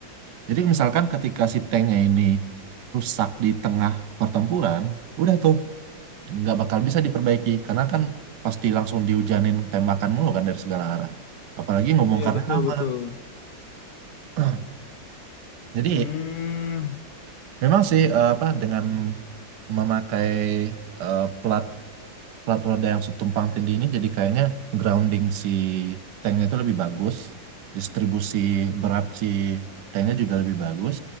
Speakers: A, on the right; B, on the left.
A: Jadi misalkan ketika si tanknya ini rusak di tengah pertempuran, udah tuh nggak bakal bisa diperbaiki karena kan pasti langsung dihujanin tembakan mulu kan dari segala arah apalagi ngebongkarnya
B: Iya betul
A: lama
B: betul.
A: <clears throat> jadi
B: Hmm.
A: memang sih eh, apa dengan memakai eh, plat plat roda yang subtumpang tindih ini jadi kayaknya grounding si tanknya itu lebih bagus distribusi berat si tanknya juga lebih bagus